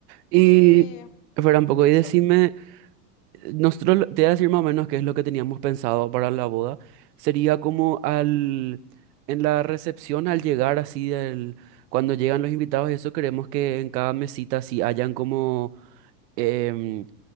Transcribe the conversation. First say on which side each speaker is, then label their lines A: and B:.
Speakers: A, on the right (about 70°); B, on the left (about 45°).
A: Y,
B: Y,
A: espera un poco,
B: y eso.
A: y decime... Nosotros, te voy a decir más o menos qué es lo que teníamos pensado para la boda. Sería como al, en la recepción, al llegar así, del, cuando llegan los invitados y eso, queremos que en cada mesita así hayan como em,